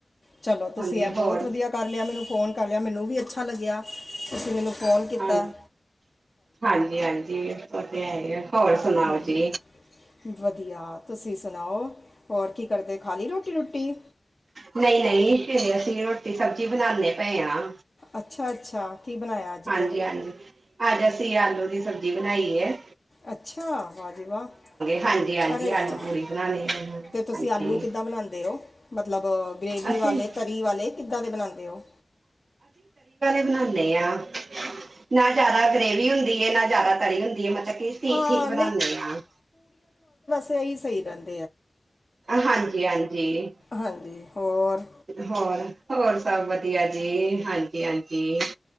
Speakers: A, on the left; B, on the right.
A: ਚਲੋ ਤੁਸੀਂ
B: ਹਾਂਜੀ
A: ਇਹ ਬਹੁਤ
B: ਹੋਰ
A: ਵਧੀਆ ਕਰ ਲਿਆ ਮੈਨੂੰ ਫ਼ੋਨ ਕਰ ਲਿਆ ਮੈਨੂੰ ਵੀ ਅੱਛਾ ਲੱਗਿਆ ਤੁਸੀਂ ਮੈਨੂੰ ਫੋਨ ਕੀਤਾ
B: ਹਾਂ ਹਾਂਜੀ ਹਾਂਜੀ ਉਹ ਤੇ ਹੈ ਹੀ ਆ ਹੋ ਸੁਨਾ
A: ਹਾਂਜੀ
B: ਜ
A: ਵਧੀਆ ਤੁਸੀਂ ਸੁਣਾਓ ਹੋਰ ਕੀ ਕਰਦੇ ਖਾ ਲਈ ਰੋਟੀ ਰੁਟੀ
B: ਨਹੀਂ ਨਹੀਂ ਇਹ ਸੀ ਰੋਟੀ ਸਬਜ਼ੀ ਬਣਾਦੇ ਪਏ ਆਾਂ
A: ਅੱਛਾ ਅੱਛਾ ਕੀ ਬਣਾਇਆ ਅੱਜ
B: ਹਾਂਜੀ
A: ਫਿਰ
B: ਹਾਂਜੀ ਹਜ ਸੀ ਆਲੂ ਦੀ ਸਬਜ਼ ਜੀ ਬਣਾਈਏ
A: ਅੱਛਾ ਵਾਹਜੀ ਵਾਹ
B: ਹਾਂਜੀ ਹਾਂਜੀ
A: ਅਰੇ
B: ਆਲੂ
A: ਵਾਹ
B: ਪੂੜੀ ਬਣਾਉਣੀ ਹੈ
A: ਤੇ ਤੁਸੀਂ
B: ਹਾਂਜੀ
A: ਆਲੂ ਕਿੱਦਾਂ ਬਣਾਉਦੇ ਹੋ ਮਤਲਬ ਗ੍ਰੇਵੀ
B: ਅਸੀਂ
A: ਵਾਲੇ ਤਰੀ ਵਾਲੇ ਕਿੱਦਾਂ ਦੇ ਬਣਾਉਂਦੇ ਉਹ
B: ਨ ਨ ਆ ਨਾ ਜਿਆਦਾ ਗ੍ਰੇਵੀ ਹੁੰਦੀ ਹੈ ਨਾ ਜਿਆਦਾ ਤਰੀ ਹੁੰਦੀ ਹੈ ਮਤਲਬ ਕਿ ਠੀਕ
A: ਹਾਂ
B: ਠੀਕ ਬਣਾਉਦੇ ਹਾਂ
A: ਸਹੀ ਸਹੀ ਰਹਿੰਦਾ
B: ਹਾਂਜੀ ਹਾਂਜੀ
A: ਹਾਂਜੀ ਹੋਰ
B: ਹੋਰ ਹੋਰ ਸਭ ਵਧੀਆ ਜੀ ਹਾਂਜੀ ਹਾਂਜੀ